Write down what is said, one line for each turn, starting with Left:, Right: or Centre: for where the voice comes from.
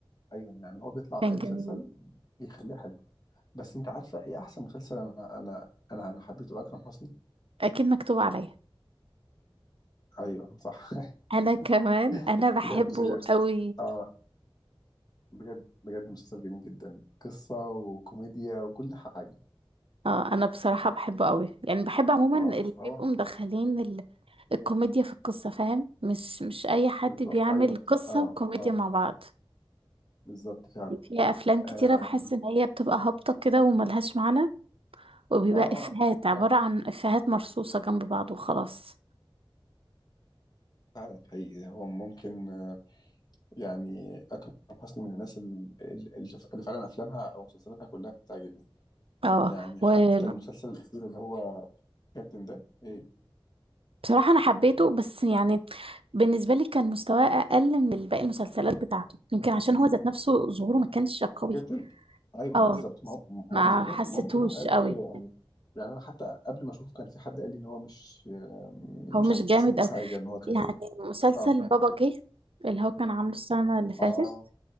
Left: ايوه يعني هو بيطلع
Right: كان
Left: في اي مسلسل
Right: جميل
Left: بيخليه حلو بس انت عارفه ايه احسن مسلسل انا انا انا انا حبيته لاكرم حسني
Right: اكيد مكتوب عليا
Left: ايوه صح
Right: انا كمان انا
Left: <laughs>
Right: بحبه
Left: بجد
Right: قوي
Left: اه بجد بجد مسلسل جميل جدا قصه وكوميديا وكل حاجه
Right: اه انا بصراحة بحبه قوي يعني بحب عموما
Left: اه
Right: اللي
Left: اه
Right: بيبقوا مدخلين ال... الكوميديا في القصة فاهم مش مش اي حد
Left: بالظبط
Right: بيعمل
Left: ايوه
Right: قصة
Left: اه
Right: وكوميديا
Left: اه
Right: مع بعض
Left: بالظبط فعلا
Right: يعني في افلام كتيرة
Left: اه
Right: بحس ان هي بتبقى هابطة كده وملهاش معنى وبيبقى
Left: اه, آه.
Right: افيهات عبارة
Left: فعلا
Right: عن افيهات مرصوصة جنب بعض وخلاص
Left: فعلا حقيقي هو ممكن آه، يعني أكرم حسني من الناس ال- ال- اللي ف- اللي فعلا أفلامها أو مسلسلاتها كلها بتعجبني
Right: اه
Left: يعني
Right: وبصراحة
Left: حتى المسلسل الأخير اللي هو كابتن ده إيه
Right: انا حبيته بس يعني بالنسبة لي كان مستواه اقل من باقي المسلسلات بتاعته يمكن عشان هو ذات نفسه ظهوره ما كانش قوي
Left: كابتن أيوه
Right: اه
Left: بالظبط ما هم
Right: ما
Left: ما هم كلهم
Right: حسيتهوش
Left: ما هم كلهم قالوا
Right: قوي
Left: كده يعني يعني أنا حتى قبل ما أشوفه كان في حد قال لي إن هو مش
Right: هو
Left: مش
Right: مش جامد
Left: أحسن
Right: قوي
Left: حاجة إن هو كان
Right: يعني مسلسل
Left: آه
Right: بابا جه اللي هو كان عامله السنة اللي فاتت
Left: آه